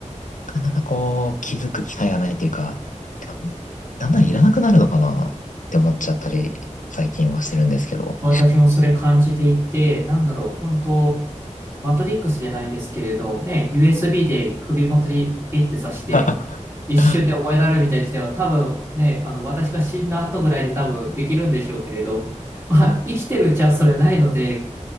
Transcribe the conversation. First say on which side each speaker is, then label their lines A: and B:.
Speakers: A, on the left; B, on the right.
A: なかなかこう気づく機会がないというか、てかだんだんいらなくなるのかなって思っちゃったり、最近はしてるんですけど。
B: 私もそれ感じていて、なんだろう、本当マトリックスじゃないですけれど、ね、USB で首元にピッて刺して、
A: <laughs>
B: 一瞬で覚えられるみたいな時代は多分ね、あの、私が死んだ後ぐらいで多分できるんでしょうけれど、まあ、生きてるうちはそれないので、